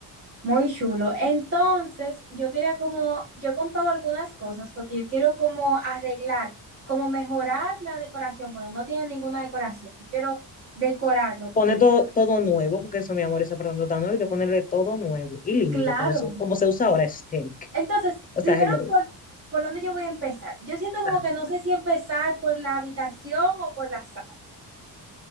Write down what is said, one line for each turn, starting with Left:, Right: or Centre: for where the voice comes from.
Right: Muy chulo. Entonces, yo quería como, yo he comprado algunas cosas porque yo quiero como arreglar, como mejorar la decoración. Bueno, no tiene ninguna decoración. Yo quiero decorarlo,
Left: Pone
Right: por decir.
Left: todo, todo nuevo, porque eso, mi amor, esa palabra tan nuevo, hay que ponerle todo nuevo y lindo,
Right: Claro.
Left: como se, como se usa ahora, aesthetic.
Right: Entonces,
Left: O
Right: primero,
Left: sea, hello.
Right: ¿por, por dónde yo voy a empezar? Yo siento como
Left: Ah.
Right: que no sé si empezar por la habitación o por la sala.